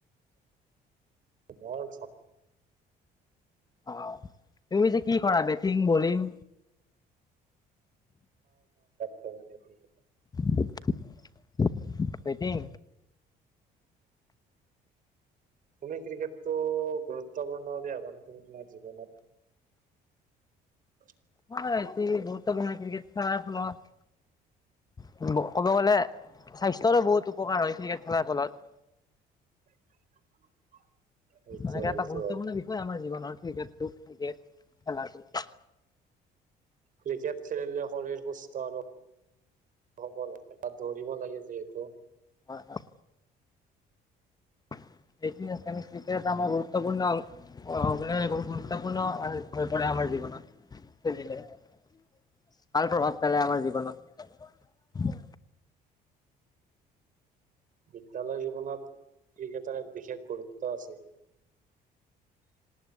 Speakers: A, on the right; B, on the left.
A: মই
B: অহ তুমি যে কি কৰা বেটিং, বলিং।
A: হয় <inaudible>
B: <inaudible> বেটিং
A: তুমি ক্ৰিকেটটো গুৰুত্বপূৰ্ণ দিয়া মানে তুমি তোমাৰ জীৱনত? <inaudible>
B: হয় গুৰুত্ব পূৰ্ণ ক্ৰিকেট খেলাৰ ফলত, ক'ব গলে স্বাস্থ্যৰো বহুত উপকাৰ হয় ক্ৰিকেট খেলাৰ ফলত।
A: <unintelligible> এইটো
B: এনেকে
A: হয়
B: এটা
A: এইটো
B: গুৰুত্বপূৰ্ণ
A: হয়।
B: বিষয় আমাৰ জীৱনৰ ক্ৰিকেটটো-ক্ৰিকেট। খেলাটো।
A: ক্ৰিকেট খেলিলে শৰীৰ সুস্থ হব। হ'ব লাগে তাত দৌৰিব লাগে যিহেতু।
B: হয়-হয়। এইটো আ ক্ৰিকেট আমাৰ বহু ম্বপূৰ্ণয় <unintelligible> গুৰুত্বপূৰ্ণ হৈ পৰে আমাৰ জীৱনত। খেলিলে। ভাল প্ৰভাৱ পালে আমাৰ জীৱনত
A: বিদ্যালয় জীৱনত ক্ৰিকেটৰ এক বিশেষ গুৰুত্ব আছে।